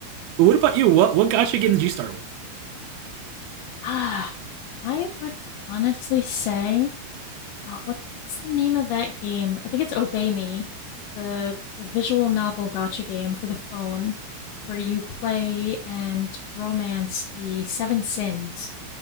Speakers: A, on the right; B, on the left.
A: But what about you? What what Gotcha game did you start with?
B: Ah, I would honestly say, uh, what's the name of that game? I think it's Obey Me, the the visual novel gotcha game for the phone, where you play and romance the Seven Sins,